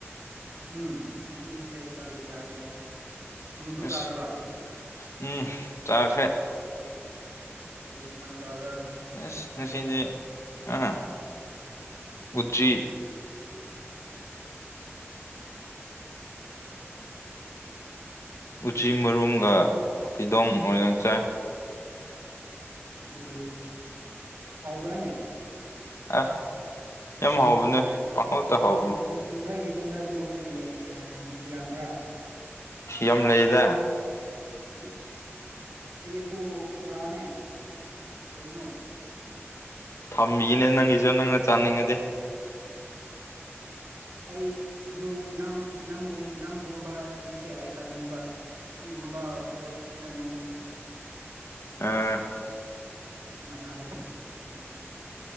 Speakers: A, on the right; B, on the left.
A: ꯎꯝ ꯉꯁꯤꯁꯦ ꯆꯥꯛꯗꯤ ꯆꯥꯔꯦ ꯅꯨꯡꯁꯨ
B: ꯑꯁ
A: ꯆꯥꯔꯕ
B: ꯎꯝ ꯆꯥꯈ꯭ꯔꯦ
A: ꯀꯔꯤ ꯏꯟꯁꯥꯡ ꯆꯕ꯭ꯔꯥ
B: ꯑꯁ ꯉꯁꯤꯗꯤ ꯑꯥ ꯎꯇ꯭ꯔꯤ ꯎꯆꯤ ꯃꯔꯨꯝꯒ ꯐꯤꯗꯣꯡ ꯑꯣꯏꯅ ꯆꯥꯏ
A: ꯑꯗꯨꯗꯤ ꯍꯥꯎꯕ꯭ꯔꯥꯅꯦ
B: ꯑꯁ ꯌꯥꯝ ꯍꯥꯎꯕꯅꯦ ꯄꯪꯍꯥꯎꯇ
A: ꯅꯣꯏꯒꯤ
B: ꯍꯥꯎꯕꯅꯦ
A: ꯈꯨꯟ ꯅꯣꯏꯒꯤ ꯈꯨꯟꯗ ꯑꯗꯨꯒꯨꯝꯕ ꯌꯦꯡ ꯑꯥ ꯌꯥꯝꯕ꯭ꯔꯥ
B: ꯌꯥꯝ ꯂꯩꯗ
A: ꯑꯩꯁ ꯑꯩꯒꯤꯁꯨ ꯄꯨꯔꯛꯎꯅꯦ ꯀꯔꯤꯅꯣ
B: ꯊꯝꯃꯤꯅꯦ ꯅꯪꯒꯤꯁꯨ ꯅꯪꯅ ꯆꯥꯅꯤꯡꯉꯗꯤ
A: ꯑꯩ ꯑꯗꯨ ꯅꯪ ꯅꯪꯒꯨꯝ ꯅꯪꯒꯨꯝꯕꯁꯤꯡꯁꯦ ꯑꯩ ꯆꯥꯅꯤꯡꯕ ꯁꯨꯇꯤꯒꯨꯝꯕ ꯍꯣꯏ ꯑꯥ ꯅꯪ
B: ꯑꯥ
A: ꯃꯅꯥꯕꯁꯦ <unintelligible>